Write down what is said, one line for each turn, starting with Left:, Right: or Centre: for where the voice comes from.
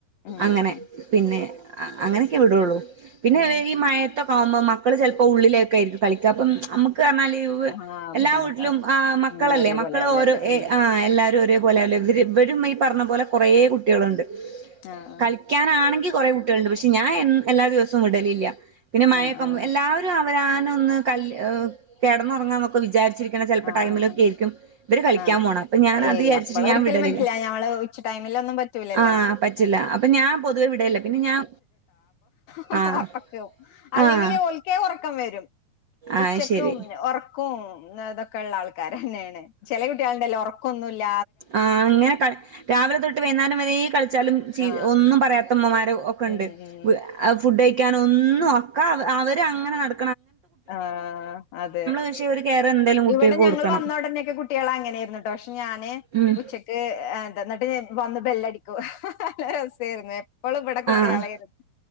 Left: ഉം
Right: അങ്ങനെ
Left: ഉം
Right: പിന്നെ ആ അങ്ങനെയൊക്കെ വിടുള്ളൂ പിന്നെ
Left: ഉം
Right: ഈ മയ ക്കെ ആവുമ്പോ മക്കള് ചിലപ്പോൾ ഉള്ളിലൊക്കെയിരിക്കും കളിക്ക പ്പ നമുക്ക് പറഞ്ഞാൽ
Left: ആഹ്
Right: എല്ലാ
Left: ബുദ്ധിമുട്ടാവും
Right: വീട്ടിലും ആഹ് മക്കളല്ലേ
Left: ഉം ഒരേപോലെ
Right: മക്കൾ
Left: ആവൂലല്ലോ
Right: ഓരോ ഏഹ്
Left: ഉം
Right: ആഹ് എല്ലാരും ഒരേ പോലെ ആവില്ലേ ഇവർ ഇവരും ഈ പറഞ്ഞ പോലെ കുറേ കുട്ടികള്ണ്ട്
Left: ആഹ്
Right: കളിക്കാനാണെങ്കിൽ കുറെ കുട്ടികളുണ്ട് പക്ഷെ ഞാൻ എല്ലാ ദിവസവും വിടലില്ല പിന്നെ മഴൊക്ക
Left: ആഹ് ആഹ്
Right: എല്ലാവരും രാനൊന്ന് കിടന്നുറങ്ങാന്നൊക്കെ വിചാരിച്ചി ചെലപ്പോ
Left: ആഹ്
Right: ടൈമിലൊക്കെ
Left: ആഹ് ആഹ്
Right: ആയിരിക്കും ഇവര് കളിക്കാൻ
Left: ആഹ്
Right: പോണം അപ്പൊ ഞാൻ
Left: ഏയ്
Right: അത് വിചാരിച്ചട്ട്
Left: അപ്പളൊരിക്കലും
Right: ഞാൻ വിടലില്ല
Left: പറ്റില്ല ഞമ്മള് ഉച്ച ടൈമിലൊന്നും പറ്റൂലല്ലോ
Right: ആ പറ്റില്ല അപ്പൊ ഞാൻ പൊതുവേ വിടലില്ല പിന്നെ ഞാൻ
Left: ഉറക്കം
Right: ആഹ്
Left: ഒകെ ആവും അല്ലെങ്കിൽ
Right: ആഹ്
Left: ഓല്ക്കെ ർക്കം വരും ഉച്ചക്ക്
Right: ആഹ് ശരി
Left: ഒറ കും നത ള്ള ആൾക്കാരന്നെയാണ് ചില കുട്ട്യളിണ്ടല്ലോ ഉറക്കൊന്നു ഉല്ല
Right: ആ ഇങ്ങനെ രാവിലെ തൊട്ട് വേയ്ന്നാലം വരേ കളിച്ചാലും ചീ
Left: ആ
Right: ഒന്നും പറയാത്തമ്മമാരോ ഒക്കെ
Left: ഉം
Right: ഉണ്ട്
Left: ഉം.
Right: <inaudible> ഫുഡ് കഴിക്കാന ഒന്നും ഒക്കെ അവര് അങ്ങനെ നട
Left: ആ അതെ
Right: പക്ഷെ ഒരു കെയർ എന്തായാലും കുട്ടികൾക്ക്
Left: ഇവിടെ
Right: കൊടുക്കണം
Left: ഞങ്ങൾ വന്നോടനൊക്കെ കുട്ടികൾ അങ്ങനൊയിരുന്നു ട്ടോ ഞാന്
Right: ഉം
Left: ഉച്ചക്ക് എന്തന്ന്ട്ട് വന്ന് ബെല്ലടിക്കു നല്ല രസായിയിരുന്നു. എപ്പോളും ഇവിടെ കുട്ടികളേയിരുന്നു
Right: ആഹ്